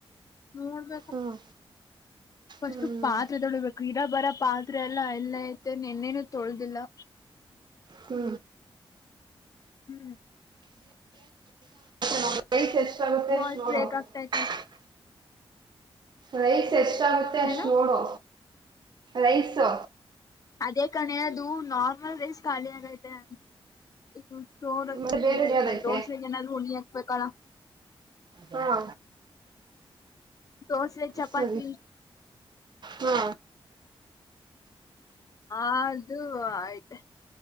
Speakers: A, on the left; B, on the right.
A: ನೋಡ್ಬೇಕು
B: ಹ್ಮ್
A: ಫಸ್ಟ್
B: ಹ್ಮ್
A: ಪಾತ್ರೆ ತೊಳಬೇಕು ಇರ ಬರ ಪಾತ್ರೆ ಎಲ್ಲಾ ಎಲ್ಲ ಐತೆ ನಿನ್ನೇನು ತೊಳ್ದಿಲ್ಲಾ
B: ಹು
A: ಹು
B: ನನ್ನ ರೈಸು ಎಷ್ಟು ಆಗುತ್ತೆ
A: ವಾಯ್ಸ್
B: ನೋಡು
A: ಬ್ರೇಕ್
B: ಟಕ್
A: ಆಗ್ತೈತೆ
B: ರೈಸು ಎಷ್ಟಾಗುತ್ತೆ ಅಷ್ಟ್
A: ಏನು
B: ನೋಡು ರೈಸು
A: ಅದೇ ಕಣೆ ಅದು ನಾರ್ಮಲ್ ರೈಸ್ ಖಾಲಿ ಆಗೈತೆ ಇನ್ನುದು ದೋರಕ್ಕಿ
B: ಮತ್ತೆ ಬೇರೆ
A: ಐತೆ
B: ಯಾವ್ದೈತೆ
A: ದೋಸೆಗೆ ಏನಾದ್ರು ಹುಣಿ ಹಾಕ್ಬೇಕಾ
B: ಹಾ
A: ದೋಸೆ ಚಪಾತಿ
B: ಸರಿ ಹಾ
A: ಆದು ಐತೆ